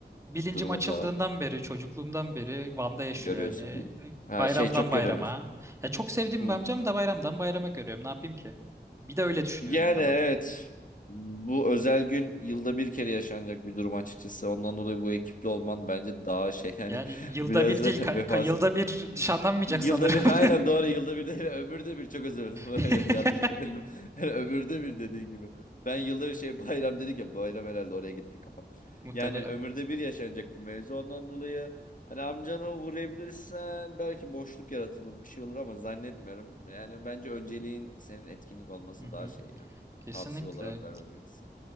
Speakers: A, on the right (about 15°); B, on the left (about 50°).
A: bilincim
B: durumunu
A: açıldığından
B: da
A: beri, çocukluğumdan beri Van'da yaşıyor
B: görüyorsun.
A: yani.
B: Ha
A: Bayramdan
B: şey çok
A: bayrama.
B: göremiyorsun.
A: Ya çok sevdiğim
B: Hmm.
A: bir amcam da bayramdan bayrama görüyorum. Ne yapayım ki? Bir de öyle düşünüyorum
B: Yani
A: bir yandan
B: evet
A: da.
B: bu özel gün yılda bir kere yaşanacak bir durum açıkçası. Ondan dolayı bu ekiple olman bence daha şey yani
A: Yani yılda
B: <laughs> biraz
A: bir değil,
B: da
A: ka-
B: <laughs> vefasız
A: ka- yılda bir nişanlanmayacak
B: Yılda
A: sanırım.
B: bir aynen doğru yılda bir değil ömürde bir çok özür dilerim
A: <laughs>
B: <laughs> evet yanlış söyledim <laughs> Yani ömürde bir dediğin gibi ben yılda bir şey <laughs> bayram dedik ya bayram herhalde oraya gitti kafam
A: Muhtemelen.
B: yani ömürde bir yaşanacak bir mevzu ondan dolayı hani amcana uğrayabilirsen belki boşluk yaratılır bir şey olur ama zannetmiyorum yani bence önceliğin senin etkinlik olması
A: Hı
B: daha
A: hı.
B: şey ya
A: Kesinlikle.
B: tavsiye olarak vermem gerekirse